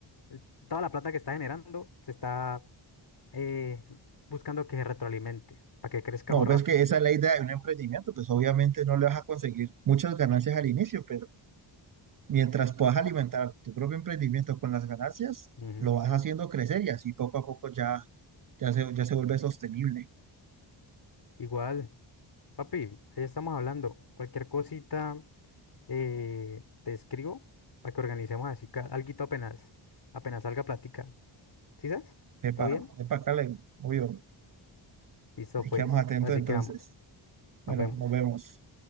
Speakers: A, on the left; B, on the right.
A: el- toda la plata que está generando se está eh, buscando que se retroalimente, para que crezca
B: No,
A: o rápido.
B: pues que esa es la idea de un emprendimiento, pues obviamente no le vas a conseguir muchas ganancias al inicio, pero Mientras puedas alimentar tu propio emprendimiento con las ganancias,
A: Ujú.
B: lo vas haciendo crecer y así poco a poco ya, ya se, ya se vuelve sostenible.
A: Igual, papi, ahí estamos hablando. Cualquier cosita eh, te escribo para que organicemos así, ca- alguito apenas, apenas salga plática. ¿Sí sabes?
B: Epa,
A: ¿Todo bien?
B: epa, Cale, obvio,
A: Listo,
B: ahí
A: pues.
B: quedamos atentos
A: Así
B: entonces.
A: que vamos. Nos
B: Bueno,
A: vemos.
B: nos vemos.